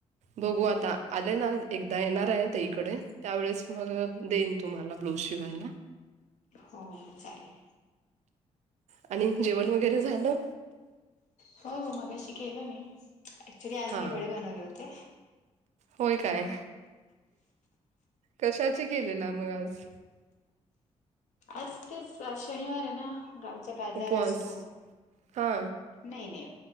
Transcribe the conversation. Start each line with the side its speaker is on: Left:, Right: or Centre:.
Right: बघू आता आलेय ना एकदा येणार आहे ते इकडे? त्यावेळेस मग देईन तुम्हाला ब्लूज शिवायला.
Left: हो हो चालेल.
Right: आणि जेवण वगैरे झालं?
Left: हो मगाशी केलं मी ऍक्च्युली आज
Right: हां
Left: मी वडे बनवले होते.
Right: होय काय कशाचे केलेलं मग आज?
Left: असतेस शनिवार आहे ना गावचा बाजार
Right: उपवास
Left: असतो.
Right: हा
Left: नाही नाही.